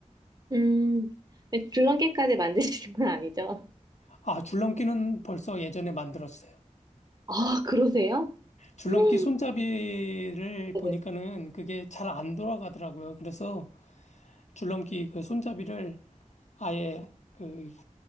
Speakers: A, on the right; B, on the left.
A: 음, 근데 줄넘기까지 만드시는 건 아니죠?
B: 아, 줄넘기는 벌써 예전에 만들었어요.
A: 아, 그러세요?
B: 줄넘기
A: 음,
B: 손잡이를 보니까는
A: 네네.
B: 그게 잘 안 돌아가더라고요. 그래서 줄넘기 그 손잡이를 아예 그